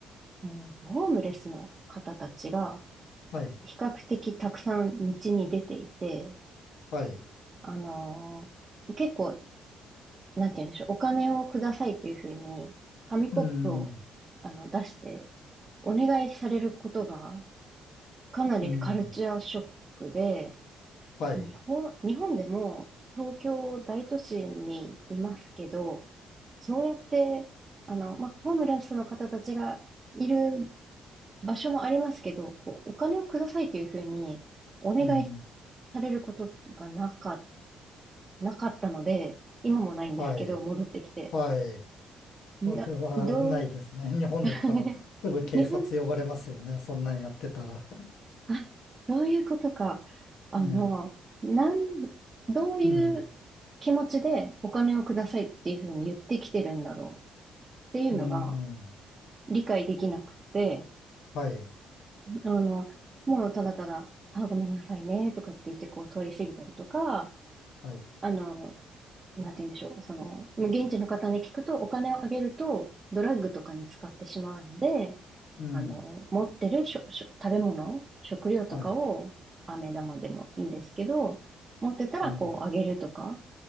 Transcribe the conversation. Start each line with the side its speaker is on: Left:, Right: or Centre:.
Right: うんと、ホームレスの方たちが
Left: はい、
Right: 比較的たくさん道に出ていて、
Left: はい、
Right: あのー結構、なんて言うんでしょう、お金をくださいというふうに、紙コップをあの出して、
Left: うん、
Right: お願いされることがかなりカルチャーショックで、
Left: うん、はい、
Right: 日本、日本でも東京大都市にいますけど、そうやって、あの、まあ、ホームレスの方たちがいる場所もありますけど、こう、お金をくださいというふうにお願い
Left: うん、
Right: されることがなか、なかったので、今もないんですけど、
Left: はい、
Right: 戻ってきて。
Left: はい。
Right: な、
Left: それはないですね。
Right: どう、
Left: <laughs> 日本だったらすぐ警察呼ばれますよね。
Right: <laughs> 日本
Left: そんなんやってたら。
Right: あ、そういうことか。あの、
Left: ね
Right: なん、どういう気持ちでお金をくださいっていうふうに言ってきてるんだろう
Left: え。うん。
Right: っていうのが
Left: うん。
Right: 理解できなくて、
Left: はい。
Right: あの、もうただただ、あ、ごめんなさいねとかって言ってこう通り過ぎたりとか、
Left: はい。
Right: あの、なんて言うんでしょう、その、現地の方に聞くとお金をあげるとドラッグとかに使ってしまうので、
Left: うん。
Right: あの、持ってるしょ、しょ、食べ物、食料とかを、
Left: はい。
Right: 飴玉でもいいんですけど、持ってたらこうあげるとか、
Left: うん。